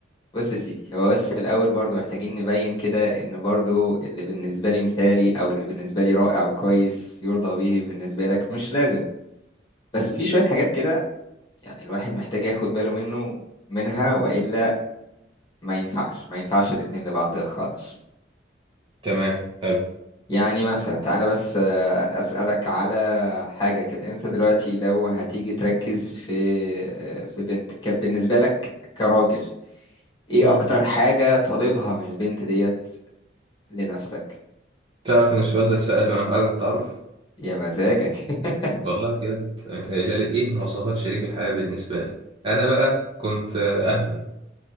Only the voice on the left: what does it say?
بص يا سيدي هو بس في الأول برضو محتاجين نبين كده إن برضو اللي بالنسبة لي مثالي أو اللي بالنسبة لي رائع وكويس يرضى به بالنسبة لك مش لازم بس في شوية حاجات كده يعني الواحد محتاج ياخد باله منه منها وإلا ما ينفعش ما ينفعش الاتنين لبعض خالص
يعني مثلا تعالى بس آه، أسألك على حاجة كده انت دلوقتي لو هتيجي تركز في آه، في بنت ك- بالنسبة لك كراجل ايه
اكتر حاجة طالبها من البنت ديت لنفسك
يا مزاجك <laughs>